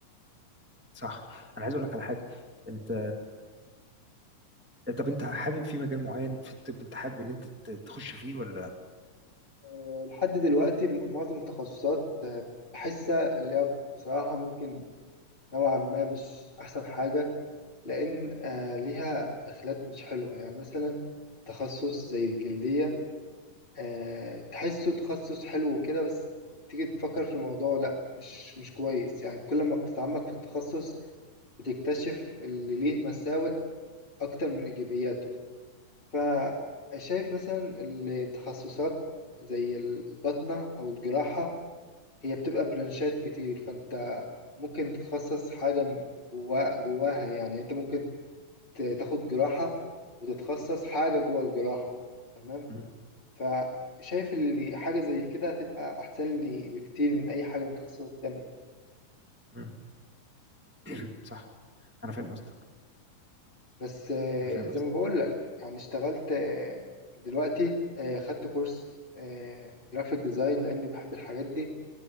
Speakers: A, in the centre; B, on the left.
A: صح. أنا عايز أقول لك على حاجة، أنت طب أنت حابب في مجال معيّن في الطِب أنت حابب إن أنت ت تخُش فيه والّا
B: آه، لحد دلوقتي م- معظم التخصصات آه، بحسها اللي هي بصراحة ممكن نوعا ما مش أحسن حاجة لأن آه، ليها دخلات مش حلوة يعني مثلا تخصص زي الجلدية آه، تحسه تخصص حلو وكده بس تيجي تفكر في الموضوع لا مش مش كويس يعني كل ما بتتعمق في التخصص بتكتشف اللي ليه مساوئ أكتر من إيجابياته فشايف مثلا التخصصات زي الباطنة أو الجراحة هي بتبقى برانشات كتير فأنت ممكن تتخصص حاجة م- جوا جواها يعني أنت ممكن ت- تاخد جراحة وتتخصص حاجة جوا الجراحة تمام
A: إمم،
B: فشايف اللي حاجة زي كده هتبقى أحسن لي بكتير من أي حاجة من التخصصات التانية
A: إمم، <clears throat> صح، أنا فاهم قصدك،
B: بس آه،
A: أنا فاهم
B: زي
A: قصدك.
B: ما بقول لك يعني اشتغلت آه، دلوقتي آه، خدت كورس جرافيك ديزاين لأني بحب الحاجات دي